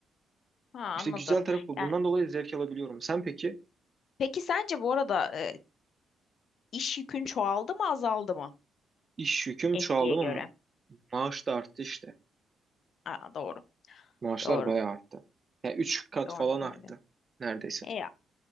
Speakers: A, on the left; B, on the right.
A: Ha
B: İşte
A: anladım.
B: güzel tarafı bu.
A: Yani
B: Bundan dolayı zevk alabiliyorum. Sen peki
A: peki sence bu arada e, iş yükün çoğaldı mı azaldı mı
B: iş yüküm
A: eskiye
B: çoğaldı
A: göre?
B: mı? Maaş da arttı işte.
A: Aa, doğru,
B: Maaşlar
A: doğru,
B: bayağı arttı. Yani 3 kat
A: doğru
B: falan
A: söylüyorsun.
B: arttı neredeyse.
A: E ya,